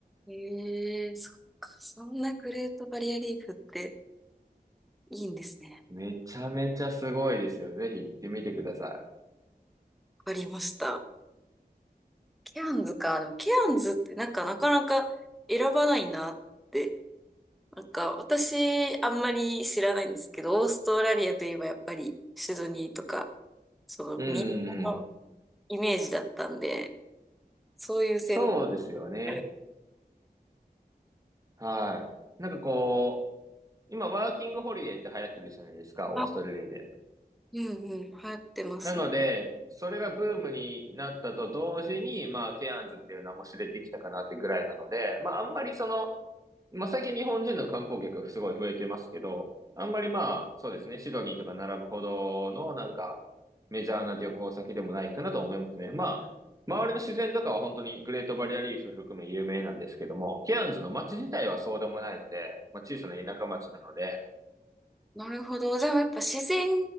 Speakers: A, in the centre; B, on the right.
A: ええそっか。そんなグレートバリアリーフっていいんですね。
B: めちゃめちゃすごいですよ。ぜひ行ってみてくださ
A: わかりました。ケアンズか。でもケアンズってなんかなかなか選ばないなって。なんか私あんまり知らないんですけど、オーストラリアといえばやっぱりシドニーとか、その民放の
B: い。うんうんうん。
A: イメージだったんで、そういう線路
B: そうですよね。
A: がある。
B: はい。なんかこう、今ワーキングホリデーって流行ってるじゃないですか、オーストラリアで。
A: あうんうん、流行ってますね。
B: なので、それがブームになったと同時に、まあ、ケアンズっていう名も知れてきたかなってぐらいなので、まあ、あんまりその、まあ、最近日本人の観光客すごい増えてますけど、あんまりまあ、そうですね、シドニーとか並ぶほどのなんかメジャーな旅行先でもないかなと思いますね。まあ、周りの自然とかは本当にグレートバリアリーフ含め有名なんですけども、ケアンズの街自体はそうでもないので、まあ、小さな田舎町なので、
A: なるほど。じゃあやっぱ自然